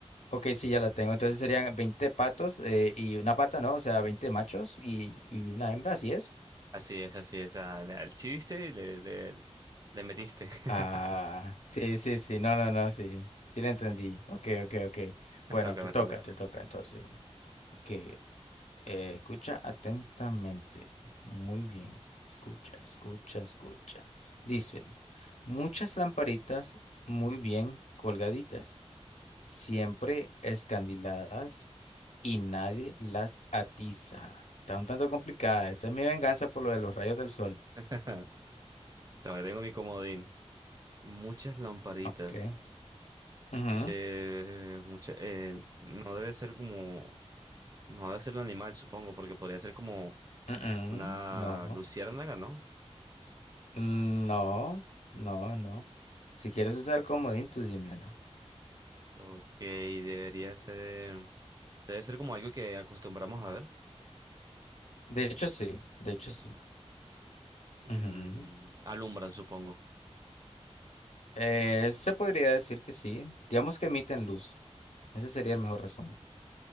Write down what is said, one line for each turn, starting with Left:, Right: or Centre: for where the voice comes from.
Left: ok, sí, ya la tengo. Entonces serían veinte patos eh, y una pata, ¿no? O sea, 20 machos y, y una hembra, ¿así es?
Right: Así es, así es. Ah, le- Al chiste le, le, le metiste. <laughs>
Left: Ah, sí, sí, sí, no, no, no, sí, sí la entendí. Ok, ok, ok. Bueno,
Right: Me toca,
Left: te
Right: me
Left: toca,
Right: toca.
Left: te toca, entonces. Ok, eh, escucha atentamente. Muy bien, escucha, escucha, escucha. Dice, muchas lamparitas muy bien colgaditas, siempre escandiladas y nadie las atiza. Está un tanto complicada. Esta es mi venganza por lo de los rayos del sol.
Right: <laughs> Todavía tengo mi comodín. Muchas lamparitas.
Left: Ok. Ujú,
Right: Eh, mucha- eh, no debe ser como. No debe ser el animal, supongo, porque podría ser como
Left: ujú,
Right: una
Left: No.
Right: luciérnaga, ¿no?
Left: No. No, no. Si quieres usar el comodín, tú dímelo.
Right: Ok, debería ser. Debe ser como algo que acostumbramos a ver.
Left: De hecho, sí. De hecho, sí.
Right: Mm,
Left: Ujú.
Right: alumbran, supongo.
Left: Eh, se podría decir que sí. Digamos que emiten luz. Ese sería el mejor resumen.